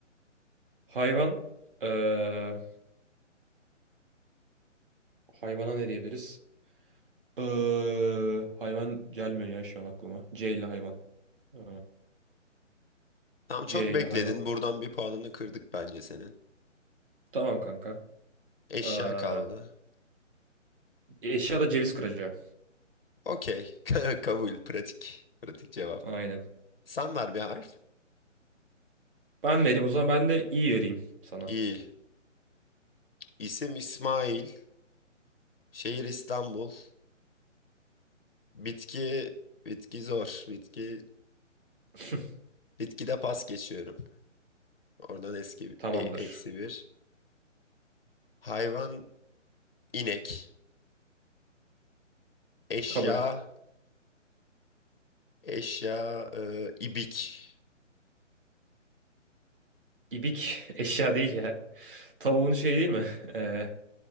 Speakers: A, on the right; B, on the left.
A: Hayvan ee, hayvana ne diyebiliriz? Ee, hayvan gelmiyor ya şu an aklıma. C ile hayvan. Ee,
B: Tamam çok
A: C
B: bekledin.
A: ile hayvan.
B: Buradan bir puanını kırdık bence senin.
A: Tamam kanka.
B: Eşya
A: Ee,
B: kaldı.
A: eşya da ceviz kıracağı.
B: Okey. <laughs> Kabul. Pratik. Pratik cevap.
A: Aynen.
B: Sen ver bir harf.
A: Ben vereyim o zaman ben de iyi vereyim sana.
B: İyi. İsim İsmail. Şehir İstanbul. Bitki. Bitki zor. Bitki.
A: <laughs>
B: Bitkide pas geçiyorum. Oradan eski
A: Tamamdır.
B: e- eksi bir. Hayvan inek. Eşya
A: Kabul.
B: eşya e, ibik.
A: İbik <laughs> eşya değil ya. Tavuğun şeyi değil mi? <laughs> Ee,